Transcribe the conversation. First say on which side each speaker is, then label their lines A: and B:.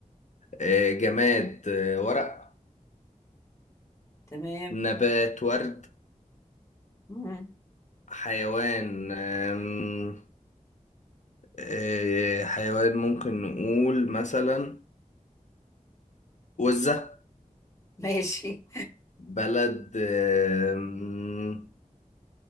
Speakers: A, on the left; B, on the left.
A: إيه جماد إيه ورق
B: تمام
A: نبات ورد
B: امم
A: حيوان أم... آه، حيوان ممكن نقول مثلا وزة
B: ماشي
A: بلد أم...